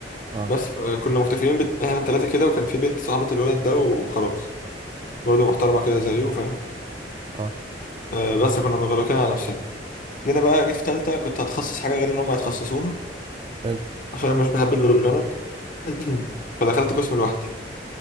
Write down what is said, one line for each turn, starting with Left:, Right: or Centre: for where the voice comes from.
Right: اه
Left: بس آه، كنا مكتفيين بت... إحنا التلاتة كده وكان في بنت صاحبة الولد ده وخلاص برضه محترمة كده زيه فاهم
Right: اه
Left: آه، بس كنا مغلقين على نفسنا جينا بقى جيت في تالتة كنت هتخصص حاجة غير اللي هم هيتخصصوها
Right: حلو
Left: عشان أنا مش بحب البروجرامنج <clears throat> فدخلت قسم لوحدي